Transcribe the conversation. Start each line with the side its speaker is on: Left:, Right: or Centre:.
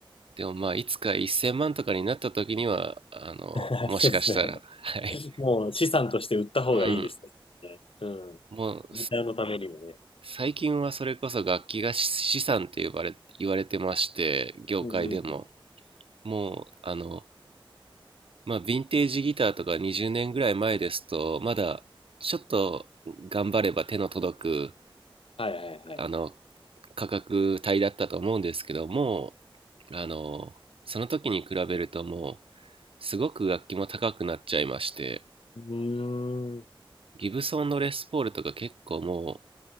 Right: でもまあ、いつか1000万とかになった時には、あの、
Left: <laughs>
Right: もしかしたら、
Left: そうですね。
Right: はい。
Left: もう資産として売った方がいいですね。
Right: うん。
Left: うん。
Right: もう
Left: ギターのためにもね。
Right: 最近はそれこそ楽器が資産と呼ばれ、言われてまして、業界でも。
Left: うんうんうん。
Right: もう、あの、まあ、ヴィンテージギターとか20年ぐらい前ですと、まだちょっと頑張れば手の届く、
Left: はいはいはい。
Right: あの、価格帯だったと思うんですけども、あの、その時に比べるともう、すごく楽器も高くなっちゃいまして、
Left: うーん。
Right: ギブソンのレスポールとか結構も